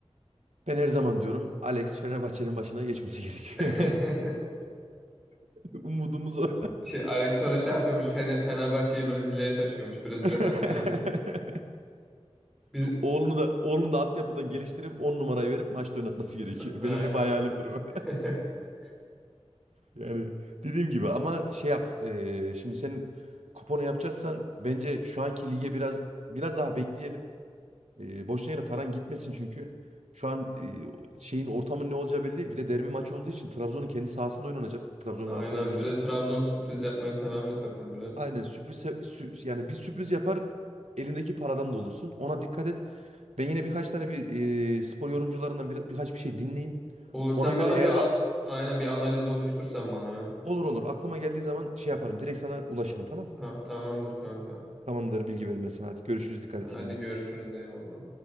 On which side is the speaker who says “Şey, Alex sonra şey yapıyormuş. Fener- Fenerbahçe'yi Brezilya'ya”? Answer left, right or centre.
Centre